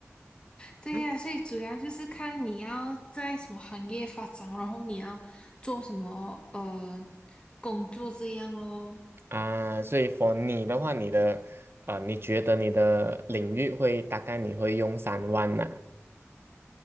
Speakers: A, on the left (about 20°); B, on the right (about 50°).
A: 对呀，
B: <laughs>
A: 所以主要就是看你要在什么行业发展，然后你要做什么呃工作这样咯。
B: 啊。所以，for 你的话，你的呃，你觉得你的领域会大概你会用三万呢